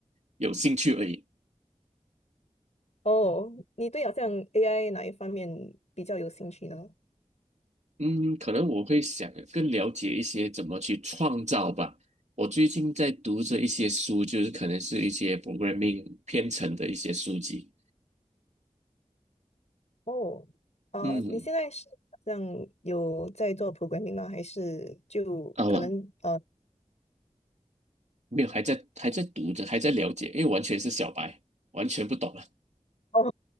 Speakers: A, on the right; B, on the left.
A: 有兴趣而已。
B: 哦，你对好像 AI 哪一方面比较有兴趣呢？
A: 嗯，可能我会想更了解一些怎么去创造吧。我最近在读着一些书，就是可能是一些 programming 编程的一些书籍。
B: 哦，呃，
A: 嗯，
B: 你现在是好像有在做 programming 吗？还是就可能呃，
A: 啊，我没有，还在还在读着，还在了解，因为完全是小白，完全不懂。
B: 哦，